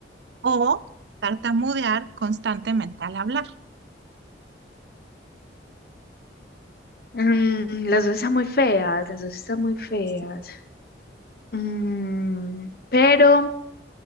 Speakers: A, on the right; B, on the left.
A: o tartamudear constantemente al hablar?
B: Mm, las dos están muy feas, las dos están muy feas.
A: Sí.
B: Mm, pero